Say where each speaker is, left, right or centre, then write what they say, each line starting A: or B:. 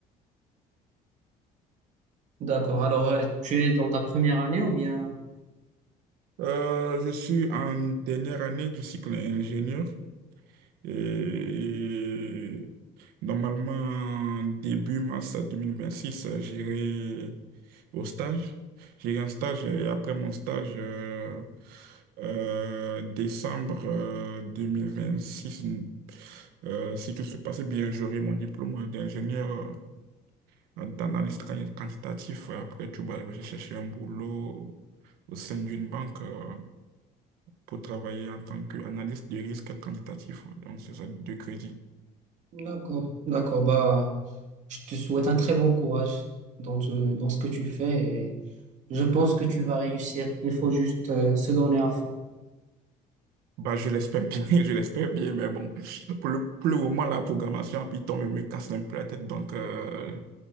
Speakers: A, on the right; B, on the right.
A: D'accord. Alors, euh, tu es dans ta première année ou bien?
B: Euh, je suis en dernière année du cycle ingénieur et normalement début mars 2026 j'irai Au stage, j'ai eu un stage et après mon stage, euh, euh, décembre euh, 2026, euh, si tout se passait bien, j'aurai mon diplôme d'ingénieur euh, d'analyste quan- quantitatif. Après, tu vas je vais chercher un boulot au au sein d'une banque euh, pour travailler en tant qu'analyste de risque quantitatif. Donc, c'est ça, de crédit.
A: D'accord, d'accord. Bah, je te souhaite un très bon courage dans, te- dans ce que tu fais et je pense que tu vas réussir. Il faut juste euh, se donner à fond.
B: Bah, je l'espère bien, <laughs> je l'espère bien, mais bon, pour le, pour le moment, la programmation en Python me, me casse un peu la tête, donc euh,